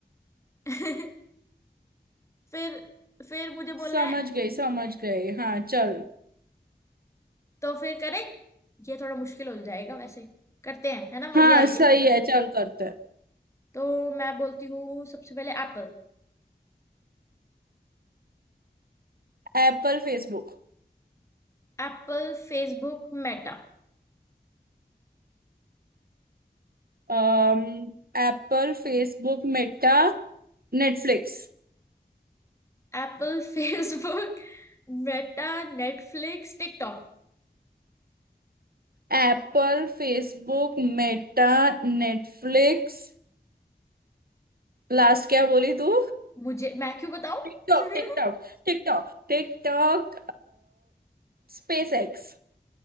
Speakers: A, on the left; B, on the right.
A: <laughs> फिर फिर मुझे
B: समझ
A: बोलना है
B: गई समझ गई हाँ चल
A: तो फिर करें ये थोड़ा मुश्किल हो जाएगा वैसे करते हैं है ना
B: हाँ
A: मजे आएंगे
B: सही है चल करते
A: तो मैं बोलती हूँ सबसे पहले Apple
B: हैं Apple Facebook
A: Apple Facebook Meta
B: Um Apple Facebook Meta Netflix
A: Apple Facebook Meta Netflix TikTok
B: Apple Facebook Meta Netflix last क्या बोली तू
A: <laughs> मुझे मैं क्यों बताऊं
B: TikTok
A: <laughs>
B: TikTok TikTok TikTok SpaceX